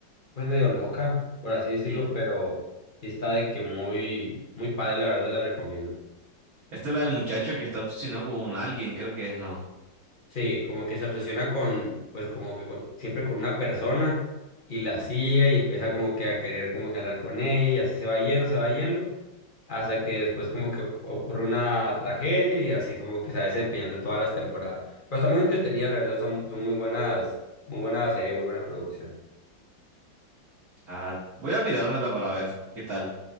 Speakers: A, on the left; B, on the right.
A: pues medio loca, por así decirlo,
B: Sí,
A: pero sí está de que muy, muy padre, la verdad te la recomiendo.
B: esta es la del muchacho que está obsesionado con alguien, creo que es, no.
A: Sí, como que se obsesiona con, pues como que con- siempre con una persona y la sigue y empieza como que a querer como que andar con ella y así se va yendo, se va yendo, hasta que después como que oc- ocurre una tragedia y así como que se va desempeñando todas las temporadas. Pero está muy entretenida, la verdad, son, son muy buenas, muy buena serie, muy buena producción.
B: Ah, voy a mirármela para ver qué tal.